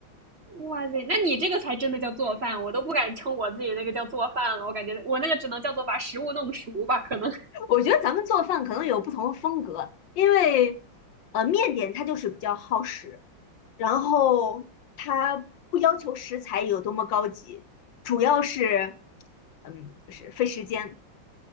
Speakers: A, on the right (about 40°); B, on the left (about 70°).
A: 哇塞，那你这个才真的叫做饭，我都不敢称我自己那个叫做饭了，我感觉我那个只能叫做把食物弄熟吧，可能。
B: 我觉得咱们做饭可能有不同的风格，因为呃，面点它就是比较耗时，然后它不要求食材有多么高级，主要是嗯，就是费时间。